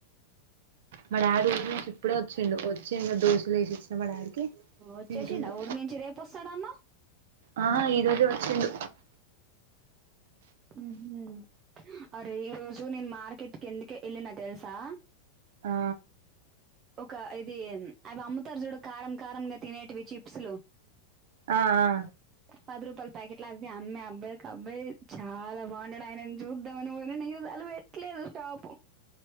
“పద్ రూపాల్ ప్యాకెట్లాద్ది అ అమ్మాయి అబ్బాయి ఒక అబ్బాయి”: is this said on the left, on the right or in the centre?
Right